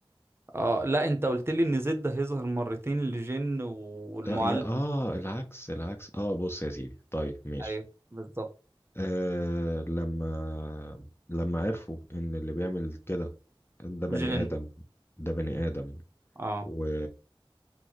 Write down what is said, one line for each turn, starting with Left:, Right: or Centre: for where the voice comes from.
Right: اه لا انت قلت لي ان زد هيظهر مرتين لجن والمعلم
Left: لا يا اه العكس العكس اه بص يا سيدي طيب ماشي
Right: ايوه بالظبط
Left: آه لما لما عرفوا ان اللي بيعمل كده ده بني
Right: جن
Left: ادم ده بني ادم
Right: اه
Left: و...